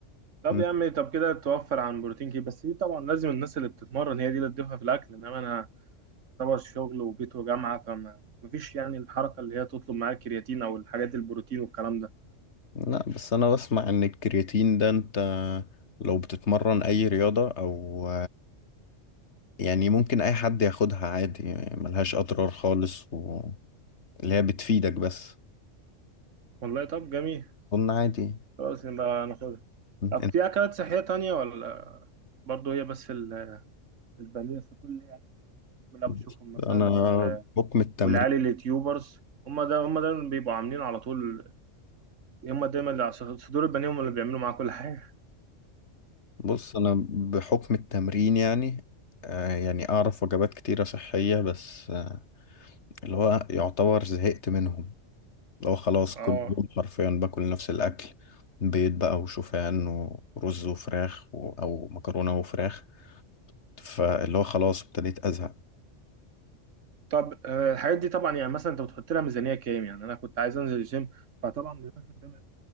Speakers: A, on the right; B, on the left.
A: طب
B: م.
A: يا عم طب كده توفر عن بروتين كتير بس دي طبعا لازم الناس اللي بتتمرن هي دي اللي تضيفها في الاكل انما انا طبعا شغل وبيت وجامعه فما مفيش يعني الحركه اللي هي تطلب معايا الكرياتين او الحاجات البروتين والكلام ده
B: لا بس انا بسمع ان الكرياتين ده انت لو بتتمرن اي رياضة او يعني ممكن اي حد ياخدها عادي يعني ملهاش اضرار خالص و... اللي هي بتفيدك بس
A: والله طب جميل
B: اظن عادي
A: خلاص نبقى ناخدها طب
B: انت
A: في أكلات صحية تانية ولا برضه هي بس ال- البانيه في كل يعني اللي
B: <laughs>
A: أنا بشوفهم مثلا
B: انا
A: وال-
B: بحكم التمرين
A: والعيال اليوتيوبرز هم ده هم ده اللي بيبقوا عاملين على طول هم دايما اللي على صدور البانيه هم اللي بيعملوا معاه كل حاجة
B: بص انا بحكم التمرين يعني آه يعني اعرف وجبات كتيرة صحية بس آه اللي هو يعتبر زهقت منهم اللي هو خلاص
A: اه
B: كل يوم حرفيا باكل نفس الاكل بيض بقى وشوفان ورز وفراخ و... او مكرونة وفراخ فاللي هو خلاص ابتديت ازهق
A: طب آه، الحاجات دي طبعا يعني مثلا انت بتحط لها ميزانية كام يعني انا كنت عايز انزل الجيم فطبعا دلوقتي قدامك